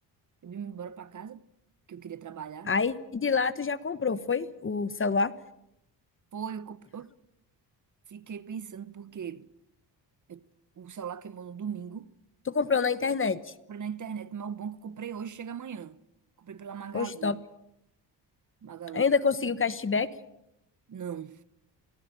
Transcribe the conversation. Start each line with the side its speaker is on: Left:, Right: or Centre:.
Right: Eu vim embora para casa, que eu queria trabalhar.
Left: aí de lá tu já comprou, foi? O celular?
Right: Foi, eu, comp- eu fiquei pensando, porque eu- o celular queimou no domingo.
Left: Tu comprou na internet.
Right: Comprei na internet, mas o bom que eu comprei hoje chega amanhã. Comprei pela Magalu.
Left: Poxa, top.
Right: Magalu.
Left: Ainda conseguiu cashback
Right: Não,